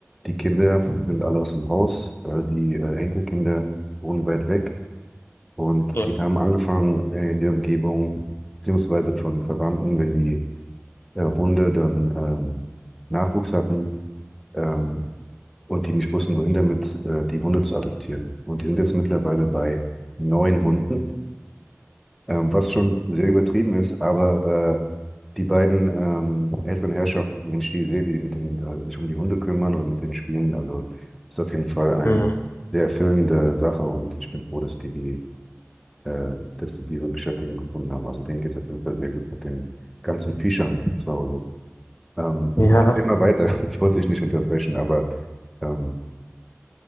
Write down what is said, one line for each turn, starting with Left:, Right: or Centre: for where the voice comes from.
Centre: die Kinder sind alle aus dem Haus. Äh, die äh, Enkelkinder wohnen weit weg. Und
Left: Ja.
Centre: die haben angefangen äh, in der Umgebung, beziehungsweise von Verwandten, wenn die äh, Hunde dann ähm, Nachwuchs hatten ähm, und die nicht wussten, wohin damit, äh, die Hunde zu adoptieren. Und die sind jetzt mittlerweile bei neun Hunden, ähm, was schon sehr übertrieben ist, aber äh, die beiden ähm, älteren Herrschaften, wenn ich die sehe, wie die mit den, äh, sich um die Hunde kümmern und mit den Spielen, also ist auf jeden Fall eine
Left: Mhm.
Centre: sehr erfüllende Sache und ich bin froh, dass die, die äh, dass sie diese Beschäftigung gefunden haben. Also denen geht es auf jeden Fall sehr gut mit den ganzen Viechern zu Hause. Ähm,
Left: Ja,
Centre: immer weiter, <laughs> ich wollte dich nicht unterbrechen, aber ähm,